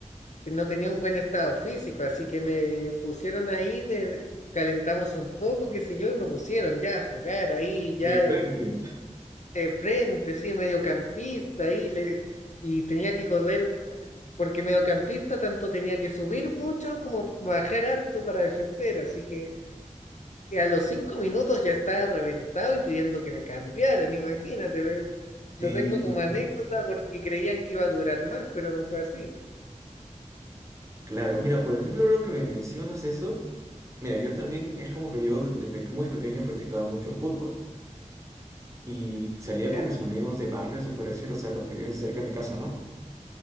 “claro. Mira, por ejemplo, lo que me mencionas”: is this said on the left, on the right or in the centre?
Right